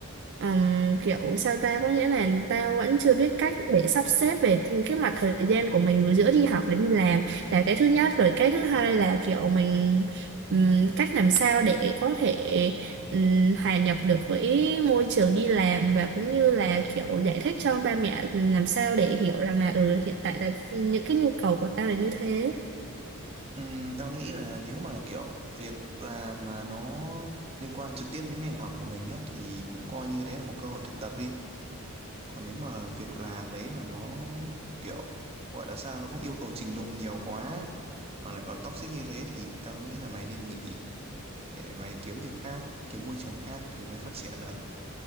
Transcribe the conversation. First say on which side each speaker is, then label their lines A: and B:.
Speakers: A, on the right (about 55°); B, on the right (about 30°).
A: ừm, kiểu sao ta có nghĩa là tao vẫn chưa biết cách để sắp xếp về cái mặt thời gian của mình vừa giữa đi học và đi làm là cái thứ nhất rồi cái thứ hai là kiểu mình ừm, cách làm sao để có thể ừm, hòa nhập được với môi trường đi làm và cũng như là kiểu giải thích cho ba mẹ làm sao để hiểu rằng là ừ hiện tại là những cái nhu cầu của tao là như thế
B: Ừm, tao nghĩ là nếu mà kiểu việc làm mà nó liên quan trực tiếp đến ngành học của mình á thì cũng coi như đấy là một cơ hội thực tập đi. Còn nếu mà việc làm đấy mà nó kiểu gọi là sao nó không yêu cầu trình độ nhiều quá mà lại còn toxic như thế thì tao nghĩ là mày nên nghỉ để mày kiếm việc khác, kiếm môi trường khác thì mới phát triển được.